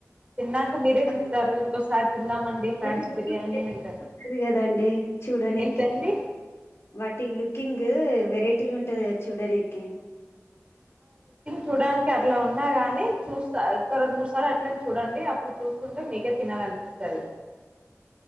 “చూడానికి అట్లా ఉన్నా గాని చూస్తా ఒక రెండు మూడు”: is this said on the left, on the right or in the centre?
Right